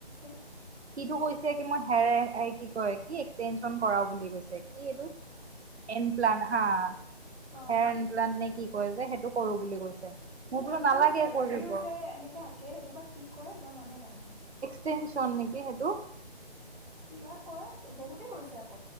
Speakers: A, in the centre; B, on the right (about 85°).
A: <inaudible>
B: সি এইটো কৈছে কি মই হে কি কয় কি এক্সটেনচন কৰাও বুলি কৈছে, কি এইটো? এন প্লান হা। হেয়াৰ
A: অ
B: এনপ্লান নে কি? কয় যে সেইটো কৰো বুলি কৈছে। মই
A: উম
B: বোলো
A: আজিকালি
B: নালাগে
A: চেলাৰীও
B: কৰিব
A: যে এনেকে আঁকে সেইটো বা কি কয় মই নামেই নাজানো।
B: চেনশ্যন নে কি সেটো
A: কিবা কয় বহুতে কৰিছে আক।